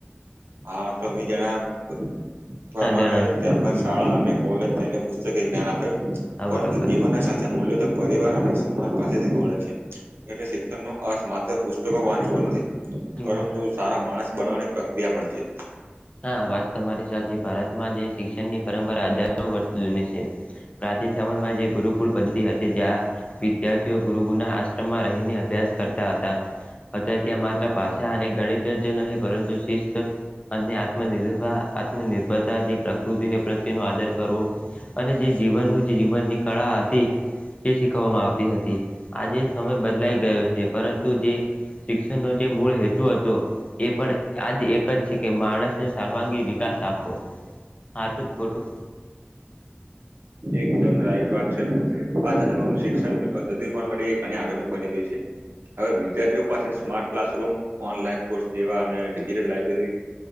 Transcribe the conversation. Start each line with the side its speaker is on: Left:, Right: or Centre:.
Right: હા તમે જણાવ્યા પ્રમાણે
Left: હા જણા
Right: ત્યારબાદ
Left: હમ
Right: શાળા અને કોલેજ તેને પુસ્તકે જ્ઞાન આપે
Left: હા
Right: પરંતુ
Left: બરોબર
Right: જીવનના સાચા મૂલ્ય પરિવાર અને સમાજ પાસેથી જ મળે છે
Left: હમ
Right: એટલે શિક્ષણનો અર્થ માત્ર પુસ્તકો વાંચવ નથી.
Left: હમ
Right: પરંતુ સારા માણસ બનવાની પ્રક્રિયા પણ છે.
Left: હા વાત તમારી સાચી ભારતમાં જે શિક્ષણ ની પરંપરા હાજા વર્ષ જૂની છે પ્રાચીન સમયમાં જે ગુરુકુળ પદ્ધતિ હતી જ્યાં વિદ્યાર્થીઓ ગુરુ ના આશ્રમમાં રહીને અભ્યાસ કરતા હતા અત્યારે ત્યાં માત્ર ભાષા અને ગણિત જ નહીં પરંતુ શિસ્ત આત્મન આત્મનિર્ભરતા જે પ્રકૃતિને પ્રત્યેનો આદાર કરવો. અને જે જીવનનું જે જીવનની કળા હતી. તે શીખવવામાં આવતી હતી આજે સમય બદલાઈ ગયો છે પરંતુ જે. શિક્ષણનો જે મૂળ હેતુ હતો એ પણ આજ એક જ. છે કે માણસને સાર્વાંગી વિકાસ આપવો આજું ખોટું.
Right: એકદમ રાઈટ વાત છે આ શિક્ષણની પદ્ધતિ પણ ઘણી આધુનિક બની ગઈ છે. હવે વિદ્યાર્થીઓ પાસે સ્માર્ટ ક્લાસરૂમ ઓનલાઈન કોર્સ જેવા અને ડિજિટલ લાઈબ્રેરી